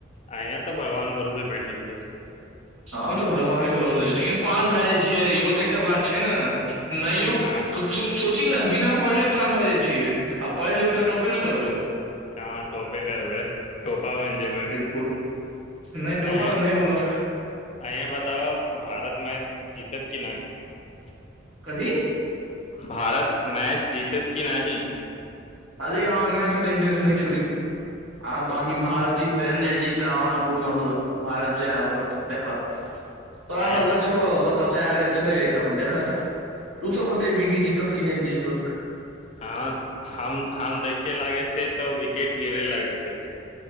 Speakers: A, on the left; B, on the right.
A: अंय त भगवान भरोसे बैठल छे
B: हम तऽ भगवान भरोसे लेकिन पास भए जाइ छै इहो तऽ एकटा बात छै ने नहियो
A: हँ
B: कु - सोची हाँ ने बिना पढ़ले पास भए जाइ छियै आ पढ़ि लेबै तऽ टॉपे ने करबै
A: हाँ टॉपे करबै टॉप पा बनि जेबै
B: बिल्कुल नहि टोपा
A: अंया
B: तऽ नहि बनब
A: अंया बताब भारत मैच जीतत कि नहि
B: कथी
A: भारत मैच जितैत की नहि
B: आ देखहिं हमरा मैच ओते इन्टेस्ट नहि छौ रें आ बांकी भारत जीताए नहि जीताए हमरा कोन मतलब भारत जाय अपन देखत तोरा
A: अहें
B: सबके
A: पर
B: छो सब बच चाय आर के छै त अपन देखत तू सब बतेबीहिं कि जीतत की नहि जीतत
A: हँ हम हम देखिये लागे छियै तऽ विकेट गिरे लागे छै